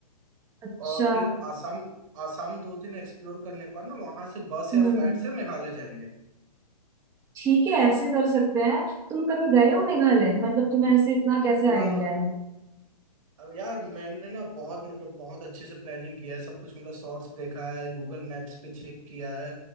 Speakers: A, on the right; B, on the right.
A: अच्छा
B: और फिर असम असम दो दिन एक्सप्लोर करने पर ना वहां से बस
A: हम्म
B: या फ्लाइट से मेघालय जाएंगे
A: ठीक है ऐसे कर सकते हैं तुम कभी गए हो मेघालय मतलब तुम्हें ऐसे इतना कैसे
B: ना
A: आइडिया है हम्म
B: अब यार मैंने ना बहुत मतलब बहुत अच्छे से प्लानिंग किया है सब कुछ मतलब शॉर्ट्स देखा है गूगल मैप्स पे चेक किया है